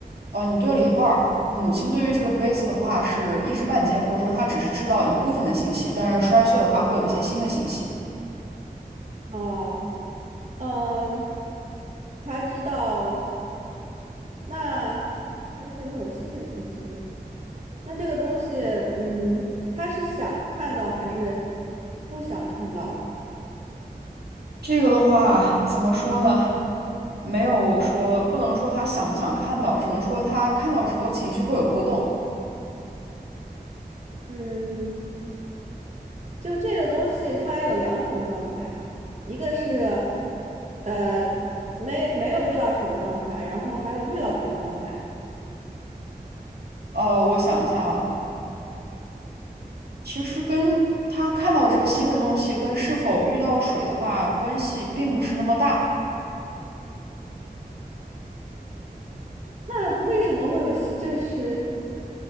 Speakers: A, on the right (about 80°); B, on the right (about 45°).
A: 哦，你对了一半儿。母亲对于这个杯子的话是一知半解，或者说她只是知道一部分的信息，但是摔碎的话会有一些新的信息。
B: 哦，嗯，他知道，那摔碎会有新的信息。那这个东西，嗯，他是想看到还是不想看到？
A: 这个的话，怎么说呢？没有说，不能说他想不想看到，只能说他看到之后情绪会有波动。
B: 嗯，就这个东西，它有两种状态，一个是呃没没有遇到水的状态，然后还有遇到水的状态。
A: 呃，我想一下啊，其实跟他看到这个新的东西跟是否遇到水的话，关系并不是那么大。
B: 那为什么会有新就是